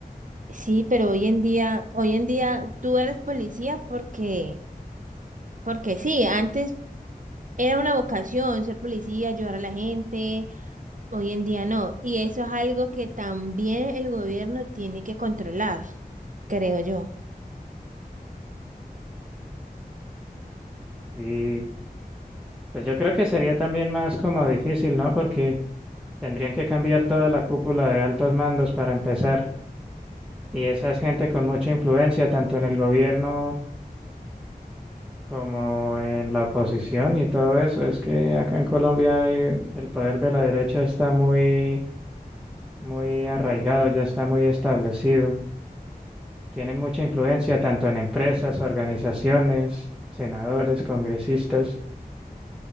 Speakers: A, on the right; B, in the centre.
A: Sí, pero hoy en día, hoy en día tú eres policía porque Porque sí, antes era una vocación ser policía, ayudar a la gente, hoy en día no. Y eso es algo que también el gobierno tiene que controlar, creo yo.
B: Y pues yo creo que sería también más como difícil, ¿no? Porque tendrían que cambiar toda la cúpula de altos mandos para empezar. Y esa es gente con mucha influencia, tanto en el gobierno como en la oposición y todo eso. Es que acá en Colombia hay- el poder de la derecha está muy, muy arraigado, ya está muy establecido. Tienen mucha influencia tanto en empresas, organizaciones, senadores, congresistas,